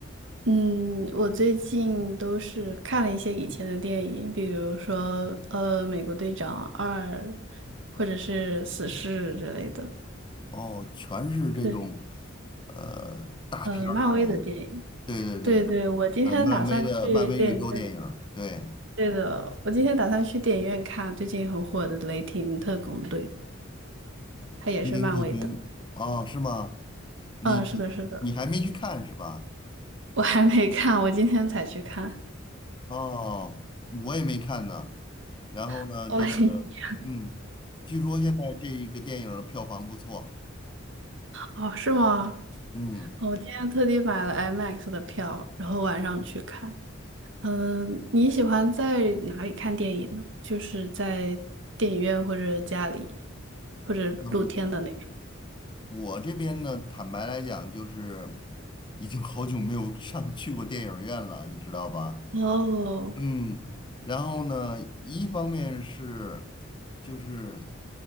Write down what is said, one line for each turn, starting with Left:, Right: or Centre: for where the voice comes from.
Right: 嗯，我最近都是看了一些以前的电影，比如说呃《美国队长二》，或者是《死侍》之类的，
Left: 哦，全是这种，
Right: 对，
Left: 呃，大片儿。
Right: 呃，漫威的电影。
Left: 对对对，
Right: 对对，我今天打算去电影院。
Left: 呃，漫威的漫威宇宙电影，对，
Right: 对的，我今天打算去电影院看最近很火的《雷霆特工队》，它也是漫威的。
Left: 《雷霆特工》哦，是吗？你
Right: 嗯，是的，是的。
Left: 你还没去看是吧？
Right: 我还没看，我今天才去看
Left: 哦，我也没看呢。然后呢，
Right: <laughs>。哦，
Left: 这个，
Right: <laughs>
Left: 嗯，据说现在这一个电影的票房不错。
Right: 哦，是吗？
Left: 嗯
Right: 哦我今天特地买了 IMAX 的票，然后晚上去看。嗯，你喜欢在哪里看电影呢？就是在电影院或者家里，或者露天的那种。
Left: 嗯，我这边呢，坦白来讲，就是已经好久没有上去过电影院了，你知道吧？
Right: 哦，
Left: 嗯，然后呢，一方面是，就是